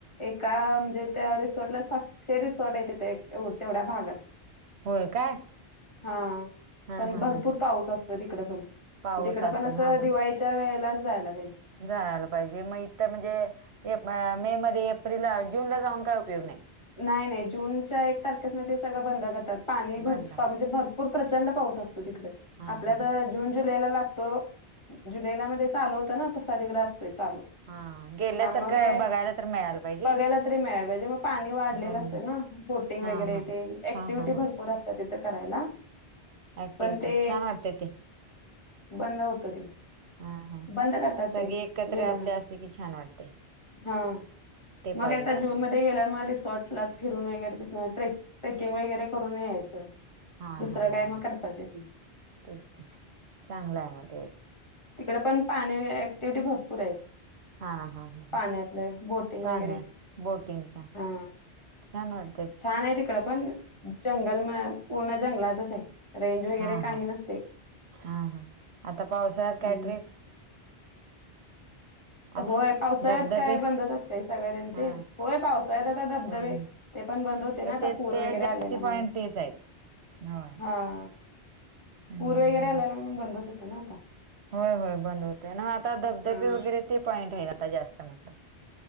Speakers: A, on the left; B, on the right.
A: एका म्हणजे त्या रिसोर्टला शे रिसॉर्ट आहे तिथं एक तेवढ्या भागात
B: होय काय
A: हा
B: हा
A: पण
B: हा
A: भरपूर
B: हा हा
A: पाऊस असतोय तिकडं पण,
B: पाऊस
A: तिकडं
B: असेल
A: पण असं दिवाळी
B: हा
A: दिवाळीच्या
B: हा
A: वेळेलाच जायला पाहिजे.
B: जायला पाहिजे मग इथं म्हणजे मे मध्ये एप्रिलला जूनला जाऊन काय उपयोग नाही.
A: नाही नाही जूनच्या एक तारखेस न ते सगळं बंद करतात पाणी
B: बंद
A: भर म्हणजे भरू पूर प्रचंड पाऊस असतो तिकडे
B: हा
A: आपल्या
B: हा हा
A: जून जुलैला लागतो जुलैला मध्ये चालू होत ना तसा तिकडं असतोय चालू
B: हा गेल्यासारखं
A: त्यामुळं काय
B: बघायला तर मिळायला पाहिजे
A: बघायला तरी मिळाय पाहिजे मग पाणी वाढलेलं
B: होय
A: असतय ना बोटिंग
B: हा
A: वगैरे
B: हा हा
A: तेे अँक्टिव्हिटी
B: हा हा
A: भरपूर असत्या तिथं करायला
B: अँक्टिव्हिटी
A: पण ते
B: छान वाटतंय ते
A: बंद होतं ते
B: हा हा
A: बंद करतात
B: सगळे
A: ते
B: एकत्र
A: गेल्यानंतर
B: आपले असले की छान वाटते
A: हा
B: ते
A: मग
B: पॉइंट
A: काय आता
B: आपले
A: जून मध्ये गेल्यावर मग रिसॉर्ट ला फिरून वगैरे तिथंन ट्रेकिंग वगैरे करून यायचं.
B: हा
A: दुसरं
B: हा हा,
A: काय मग करताच येत नाही
B: तेच बीच चांगलं आहे. मग ते एक
A: तिकडंपण पाणी ऍक्टिव्हटी भरपूर आहेत.
B: हा हा हा
A: पाण्यातलं बोटिंग
B: पाण्यात
A: वगैरे,
B: बोटिंगच्या
A: हा
B: छान वाटतं
A: छान आहे तिकडं पण जंगल म पूर्ण जंगलातच आहे. रेंज वगैरे
B: हा हा
A: काही नसते.
B: हा हा आता पावसाळ्यात
A: हम्म.
B: काय ट्रीप आता
A: होय पावसाळ्यात
B: धबधबे
A: काय बंदच असतंय सगळ त्यांचे
B: हा
A: होय पावस साळ्यात आता धबधबे
B: होय होय.
A: ते पण बंद होते ना आता
B: तेच
A: पूर
B: ते
A: वगैरे
B: जास्ती
A: आलेला म्हणून.
B: पॉइंट तेच आहेत होय
A: हा
B: हम्म
A: पूर वगैरे आल्यायला म्हणून बंदच होतं ना आता.
B: होय होय बंद होतंय, मग आता धबधबे
A: हा
B: वगैरे ते पॉईंट आहेत आता जास्त मोठं.